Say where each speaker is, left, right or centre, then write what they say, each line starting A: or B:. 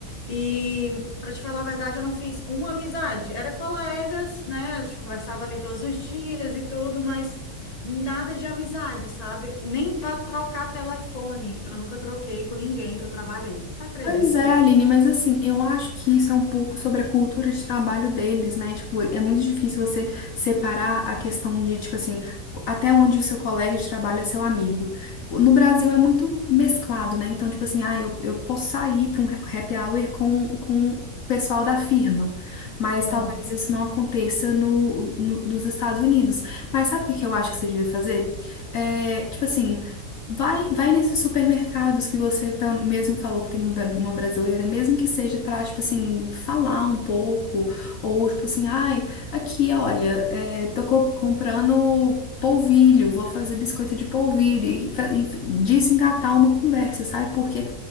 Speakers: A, on the left; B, on the left.
A: E, para te falar a verdade, eu não fiz uma amizade. Era colegas, né? A gente conversava ali todos os dias e tudo, mas Nada de amizade, sabe? Nem para trocar telefone. Eu nunca troquei com ninguém que eu trabalhei. Você acredita?
B: Pois é, Aline, mas assim, eu acho que isso é um pouco sobre a cultura de trabalho deles, né? Tipo, é muito difícil você separar a questão de, tipo assim, até onde o seu colega de trabalho é seu amigo. No Brasil é muito mesclado, né? Então, tipo assim, ah, eu, eu posso sair para um happy hour com, com o pessoal da firma, mas
A: Uhum.
B: talvez isso não aconteça no, no- nos Estados Unidos. Mas sabe o que que eu acho que você devia fazer? É, tipo assim. Vai, vai nesses supermercados que você pe- mesmo falou que tem um bra- uma brasileira, mesmo que seja pra, tipo assim, falar um pouco, ou tipo assim, ai, aqui, olha, é, tô co- comprando polvilho, vou fazer biscoito de polvilho, e, fa- e desengatar uma conversa, sabe? Porque